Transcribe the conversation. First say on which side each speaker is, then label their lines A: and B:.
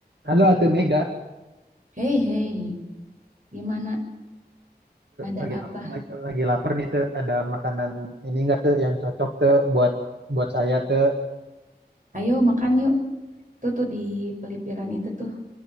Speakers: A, on the right; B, on the right.
A: Halo Atu Mega,
B: Hei, hei, gimana? Ada
A: lagi
B: apa?
A: lap- lagi, lagi lapar nih tuh. Ada makanan ini enggak tuh yang cocok tuh buat buat saya tuh.
B: Ayo makan yuk. Tuh tuh di pelipiran itu tuh,